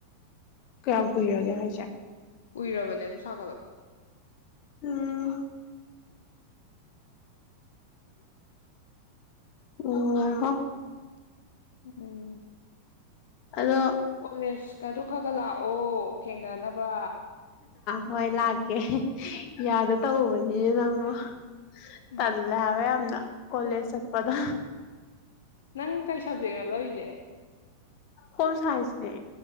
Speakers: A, on the left; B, on the left.
A: ꯀꯌꯥꯝ ꯀꯨꯏꯔꯒꯦ ꯍꯥꯏꯁꯦ
B: ꯀꯨꯏꯔꯕꯅꯦ ꯑꯗꯨ ꯁꯥꯒꯠꯂꯛꯄ
A: ꯎꯝ ꯑꯣ ꯍ
B: ꯎꯝ
A: ꯑꯗꯣ
B: ꯑꯣꯜꯑꯦꯁ ꯀ ꯑꯗꯨ ꯈꯒ ꯂꯥꯛꯑꯣ ꯊꯦꯡꯅꯅꯕ
A: ꯍꯣꯏ ꯂꯥꯛꯀꯦ ꯌꯥꯗ ꯇꯧꯕꯅꯤ ꯅꯪꯕꯨ
B: ꯎꯝ
A: ꯇꯜꯂꯦ
B: ꯎꯝ
A: ꯍꯥꯏꯦꯕ ꯌꯥꯝꯅ ꯀꯣꯂꯦꯁ ꯆꯠꯄꯗ
B: ꯅꯪ ꯀꯩ ꯁꯞꯖꯦꯛꯅꯣ ꯂꯧꯔꯤꯁꯦ
A: ꯍꯣꯝ ꯁꯥꯏꯟꯁꯅꯦ